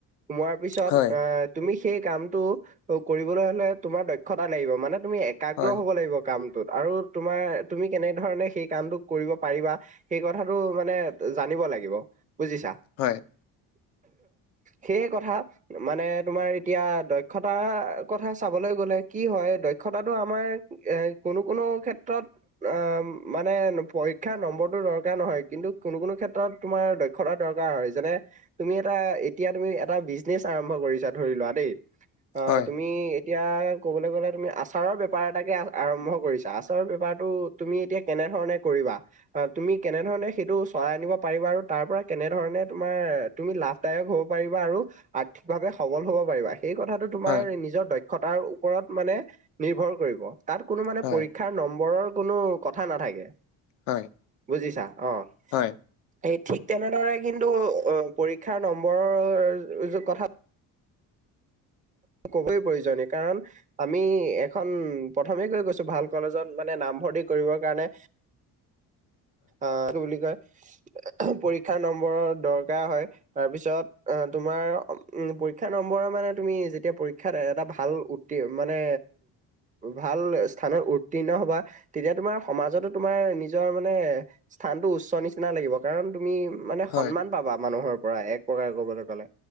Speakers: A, on the right; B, on the left.
A: সোমোৱাৰ পিছত
B: হয়
A: অ' তুমি সেই কামতটো কৰিবলৈ হলে তোমাৰ দক্ষতা লাগিব মানে। তুমি একাগ্ৰ
B: হয়
A: হ'ব লাগিব কামটোত। আৰু তোমাৰ তুমি কেনে ধৰণে সেই কামতটো কৰিব পাৰিবা সেই কথাটো মানে জানিব লাগে। বুজিছা?
B: হয়
A: সেইয়ে কথা মানে তোমাৰ এতিয়া দক্ষতা কথা চাবলৈ লে কি হয় দক্ষতাটো আমাৰ এ কোনো কোনো ক্ষেত্ৰত অ মানে পৰীক্ষাৰ নম্বৰটো দৰকাৰ নহয়। কিন্তু, কোনো-কোনো ক্ষেত্ৰত তোমাৰ দক্ষতা দৰকাৰ হয়। যেনে, তুমি এটা এতিয়া তুমি এটা বিজনেচ আৰম্ভ। ধৰি লোৱা দেই অ
B: হয়
A: তুমি এতিয়া ক'বলৈ গ'লে তুমি আচাৰৰ বেপাৰ এটাকে আৰম্ভ কৰিছা আচাৰৰ বেপাৰটো তুমি এতিয়া কেনে ধৰণে কৰিবা তুমি কেনেধৰণে সেইটো চলাই আ নিব পাৰিবা আৰু তাৰ পৰা কেনেধৰণে তোমাৰ তুমি লাভদায়ক হ'ব পাৰিবা আৰু আৰ্থিকভাৱে সবল হব পাৰিবা সেই কথাটো তোমাৰ
B: হয়
A: নিজৰ দক্ষতাৰ ওপৰত মানে নিৰ্ভৰ কৰিব। তাত কোনো মানে
B: হয়
A: পৰীক্ষাৰ নম্বৰৰ কোনো কথা নাথাকে।
B: হয় হয়
A: বুজিছা আহ।
B: হয়
A: এই ঠিক তেনেদৰে কিন্তু পৰীক্ষাৰ নম্বৰৰ কথা। কবই প্ৰয়োজন ন কাৰণ আমি এখন প্ৰথমে কৈ গৈছো ভাল কলেজত মানে। নামভৰ্তি কৰিবৰ কাৰণে আহ কি বুলি কয়।
B: <inaudible>
A: পৰীক্ষা নম্বৰ দৰকাৰ হয় তাৰ পিছত আহ তোমাৰ উ পৰীক্ষা নম্বৰ মানে তুমি যেতিয়া পৰীক্ষাত এটা ভাল উ মানে ভাল স্থানত উত্তীণ হবা তেতিয়া তোমাৰ সমাজতো তোমাৰ নিজৰ মানে স্থানতো উচ্চ নিচিনা লাগিব কাৰণ তুমি মানে
B: হয়
A: সন্মান পাবা মানুহৰ পৰা এক প্ৰকাৰে কবলৈ গলে